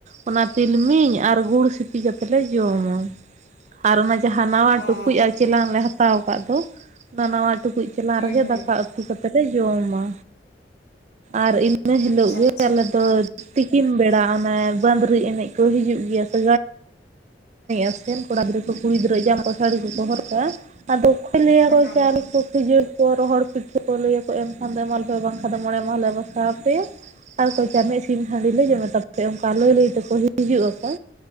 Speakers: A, on the right; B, on the left.
A: ᱚᱱᱟ ᱛᱤᱞᱢᱤᱧ ᱟᱨ ᱜᱩᱲ ᱥᱤᱯᱤ ᱠᱟᱛᱮ ᱞᱮ ᱡᱚᱢᱟ ᱟᱨ ᱚᱱᱟ ᱡᱟᱦᱟᱸ ᱱᱟᱶᱟ
B: ᱚ
A: ᱴᱩᱠᱩᱡ ᱟᱨ ᱪᱮᱞᱟᱝ ᱞᱮ ᱦᱟᱛ -ᱛᱟᱣ ᱟᱠᱟᱫ ᱫᱚ ᱚᱱᱟ ᱱᱟᱣᱟ ᱴᱩᱠᱩᱡ ᱪᱮᱞᱟᱝ
B: ᱦᱩᱸ
A: ᱨᱮᱜᱮ
B: ᱦᱩᱸ
A: ᱫᱟᱠ ᱫᱟᱠᱟ ᱩᱛᱩ ᱠᱟᱛᱮᱞ ᱞᱮ ᱡᱚᱢᱟ ᱟᱨ ᱤᱱᱟᱹ ᱦᱤᱞᱳᱜ
B: ᱟᱪᱪᱷᱟ
A: ᱜᱮ
B: ᱟᱪᱪᱷᱟ
A: ᱟᱞᱮ ᱫᱚ ᱛᱤᱠᱤᱱ ᱵᱮᱲᱟ ᱚᱱᱮ ᱵᱟᱸᱫᱽᱨᱤ ᱮᱱᱮᱡ ᱠᱚ ᱦᱤᱡᱩᱜ ᱜᱮᱭᱟ ᱥᱮ ᱟᱥᱮᱱ ᱠᱚᱲᱟ ᱜᱤᱫᱽᱨᱟᱹ ᱠᱚ ᱠᱩᱲᱤ ᱜᱤᱫᱽᱨᱟᱹ ᱡᱟᱢ ᱠᱚ ᱥᱟᱹᱲᱤ ᱠᱚᱠᱚ ᱦᱚᱨ ᱠᱟᱜᱼᱟ᱾ ᱟᱨ ᱫᱩᱠᱷᱟ ᱞᱟᱹᱭ ᱟᱠᱚ
B: ᱦᱮᱸ
A: ᱪᱟᱣᱞᱮ ᱠᱚ ᱠᱷᱟᱡᱟᱹ <unintelligible> ᱨᱚᱦᱚᱲ ᱯᱤᱴᱷᱟᱹ ᱠᱚ ᱞᱟᱹᱭᱟᱠᱚ ᱮᱢᱠᱷᱟᱱ ᱫᱚ ᱮᱢᱟ ᱞᱮ ᱯᱮ ᱵᱟᱝᱠᱷᱟᱱ ᱫᱚ ᱢᱚᱬᱮ ᱢᱟᱦᱟᱞᱮ ᱵᱟᱥᱟ ᱟᱯᱮᱭᱟ, ᱟᱨ ᱠᱚᱪᱟ ᱨᱤᱱᱤᱡ ᱥᱤᱢ ᱦᱟᱺᱰᱤ ᱞᱮ ᱡᱚᱢᱮ ᱛᱟᱯᱮ ᱚᱱᱠᱟ ᱞᱟᱹᱭ ᱞᱟᱹᱭ ᱛᱮᱠᱚ ᱦᱤᱡᱩᱜ ᱟᱠᱚ,